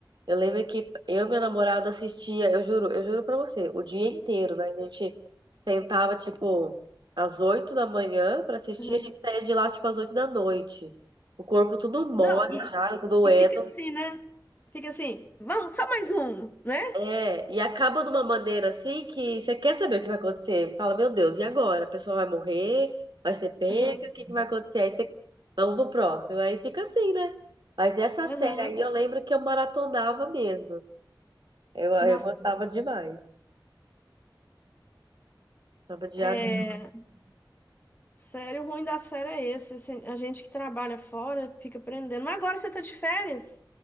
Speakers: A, on the right (about 65°); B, on the left (about 25°).
A: Eu lembro que eu e meu namorado assistia, eu juro, eu juro pra você, o dia inteiro, né? A gente sentava, tipo, às oito da manhã pra assistir,
B: Ah.
A: a gente saía de lá, tipo, às oito da noite. O corpo tudo mole
B: Não, e,
A: já, doendo,
B: e fica assim, né? Fica assim, vamos, só mais um, né?
A: É, e acaba de uma maneira assim que você quer saber o que vai acontecer. Fala, meu Deus, e agora? A pessoa vai morrer? Vai ser pega?
B: Aham,
A: O que que vai acontecer? Aí você, vamos pro próximo. Aí fica assim, né? Mas essa
B: aham.
A: série aí eu lembro que eu maratonava mesmo. Eu, eu
B: Nó.
A: gostava demais. Tava diário
B: É,
A: de...
B: sério, o ruim da série é esse, assim, a gente que trabalha fora fica aprendendo. Mas agora você tá de férias,